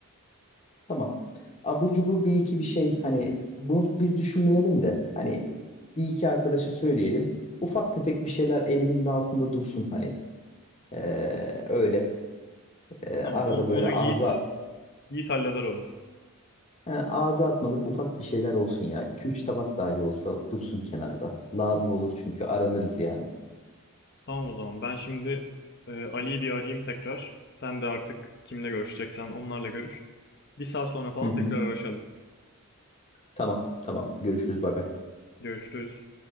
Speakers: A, on the left (about 30°); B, on the left (about 50°).
A: tamam. Abur cubur bir iki bir şey hani bunu biz düşünmeyelim de hani bir iki arkadaşa söyleyelim. Ufak tefek bir şeyler elimizin altında dursun hani. Ee, öyle. E,
B: Tamam
A: arada
B: o-
A: böyle
B: onu
A: ağza
B: Yiğit, Yiğit halleder onu.
A: he, ağza atmalık ufak bir şeyler olsun ya. iki üç tabak dahi olsa dursun kenarda. Lazım olur çünkü aranırız yani.
B: Tamam o zaman ben şimdi e, Ali'yi bir arayayım tekrar. Sen de artık kimle görüşeceksen onlarla görüş. Bir saat sonra falan
A: Hı hı.
B: tekrar araşalım.
A: Tamam, tamam. Görüşürüz. Bay bay.
B: Görüşürüz.